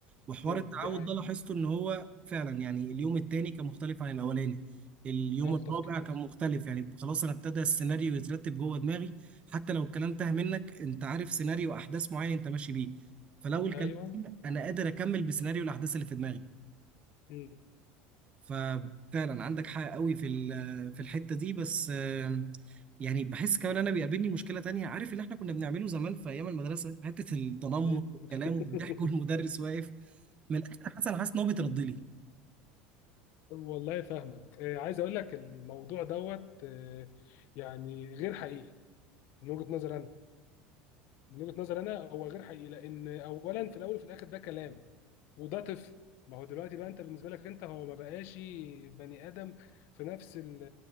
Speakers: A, on the right; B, on the left.
A: وحوار
B: مم.
A: التعود
B: دي حقيقة
A: ده لاحظته ان هو فعلا يعني اليوم التاني كان مختلف عن الاولاني اليوم
B: الطف
A: الرابع
B: كتير
A: كان مختلف يعني خلاص انا ابتدى السيناريو يترتب جوه دماغي حتى لو الكلام تاه منك انت عارف سيناريو احداث معين انت ماشي بيه فلو الكلام
B: ايوه
A: تاه، انا قادر اكمل بسيناريو الاحداث اللي في دماغي
B: مم.
A: ففعلا عندك حق قوي في ال- في الحته دي بس آم، يعني بحس كمان انا بيقابلني مشكله تانية عارف اللي احنا كنا بنعمله زمان في ايام المدرسه حته التنمر
B: مم.
A: والكلام
B: <laughs>
A: والضحك والمدرس واقف من الاخر حسن حاسس ان هو بيترد لي
B: والله فاهمك آه، عايز اقول لك الموضوع دوت آه، يعني غير حقيقي من وجهة نظر انا من وجهة نظر انا هو غير حقيقي لان اولا في الاول وفي الاخر ده كلام وده طفل ما هو دلوقتي بقى انت بالنسبه لك انت هو ما بقاش بني ادم في نفس ال-